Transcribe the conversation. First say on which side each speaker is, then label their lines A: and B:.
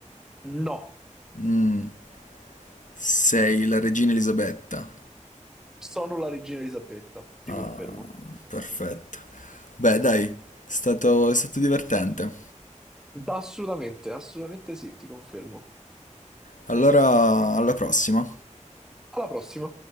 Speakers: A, in the centre; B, on the left (about 85°).
A: No,
B: Mm. Sei la regina Elisabetta.
A: sono la regina Elisabetta, ti
B: Ah,
A: confermo.
B: perfetto. Beh, dai, è stato, è stato divertente.
A: Assolutamente, assolutamente sì, ti confermo.
B: Allora, alla prossima.
A: Alla prossima.